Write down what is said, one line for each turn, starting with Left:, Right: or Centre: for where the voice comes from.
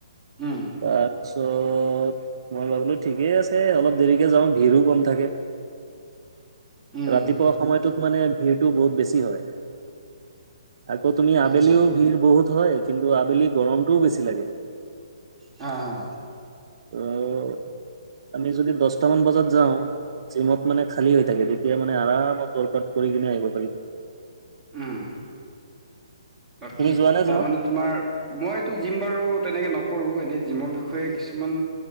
Centre: উম,
Right: তাৰপিছত মই ভাবিলোঁ ঠিকেই আছে অলপ দেৰিকে যাওঁ ভিৰো কম থাকে।
Centre: <inaudible> উম,
Right: ৰাতিপুৱা সময়টোত মানে ভিৰটো বহুত বেছি হয়৷ আকৌ তুমি আবেলিও
Centre: আচ্ছা
Right: ভিৰ বহুত হয় কিন্তু আবেলি গৰম। টো বেছি লাগে৷
Centre: হা হা
Right: <unintelligible> আমি যদি দহটা মান বজাত যাওঁ, জিমত মানে খালী হৈ থাকে৷ তেতিয়া মানে আৰামত ৱৰ্কআউট কৰি কিনে আহিব পাৰিম৷
Centre: উম। বাকী
Right: তুমি যোৱা নে জিমত
Centre: তাৰমানে তোমাৰ মইতো জিম বাৰু তেনেকে নকৰোঁ এনেই জিমৰ বিষয়ে কিছুমান,